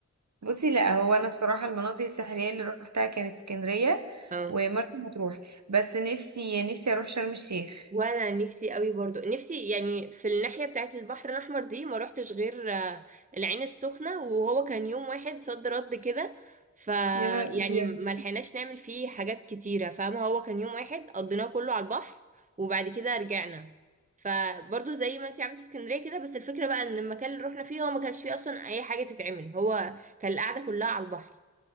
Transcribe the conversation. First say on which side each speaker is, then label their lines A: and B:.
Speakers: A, on the right; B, on the right.
A: بصي لا هو انا بصراحة المناطق الساحلية اللي روحتها كانت اسكندرية
B: لا
A: ومرسى مطروح بس نفسي نفسي اروح شرم الشيخ
B: وانا نفسي قوي برضو نفسي يعني في الناحية بتاعت البحر الاحمر دي ما روحتش غير آه، العين السخنة وهو كان يوم واحد صد رد كده ف
A: يا نهار
B: يعني
A: أبيض
B: ما لحقناش نعمل فيه حاجات كتيرة فاهمة هو كان يوم واحد قضيناه كله على البحر وبعد كده رجعنا فبرضو زي ما انتي عملتي اسكندرية كده بس الفكرة بقى ان المكان اللي رحنا فيه هو ما كانش فيه اصلا اي حاجة تتعمل هو كان القعدة كلها على البحر